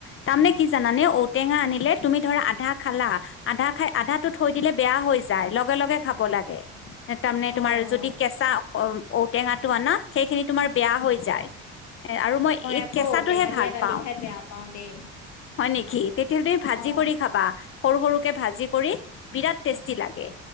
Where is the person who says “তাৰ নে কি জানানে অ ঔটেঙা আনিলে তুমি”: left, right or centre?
Left